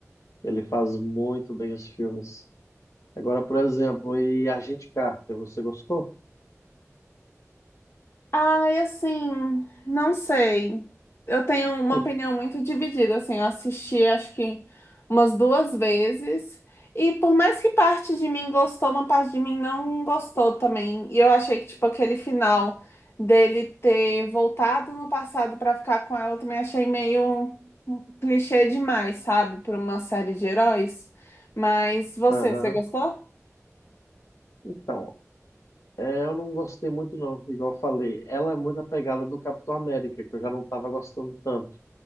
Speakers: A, on the left; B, on the left.
A: Ele faz muito bem os filmes. Agora, por exemplo, e Agente Carter, você gostou?
B: Ai, assim, não sei. Eu tenho uma
A: <laughs>
B: opinião muito dividida, assim, eu assisti acho que umas duas vezes, e por mais que parte de mim gostou, uma parte de mim não gostou também. E eu achei que, tipo, aquele final dele ter voltado no passado pra ficar com ela, eu também achei meio clichê demais, sabe, para uma série de heróis. Mas você,
A: Aham.
B: você gostou?
A: Então, é, eu não gostei muito não, igual eu falei. Ela é muito apegada do Capitão América, que eu já não estava gostando tanto.